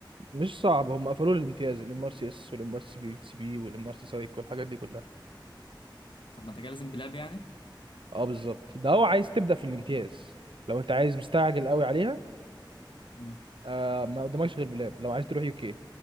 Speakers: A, on the right; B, on the left.
A: مش صعب هم قفلوا لي الامتياز الام ار سي اس والام ار سي بي سي بي والام ار سي سايك والحاجات دي كلها
B: طب ما انت كده لازم بلاب يعني
A: اه بالظبط ده هو عايز تبدا في الامتياز لو انت عايز مستعجل قوي عليها
B: مم.
A: آه ما قدامكش غير بلاب لو عايز تروح يو كي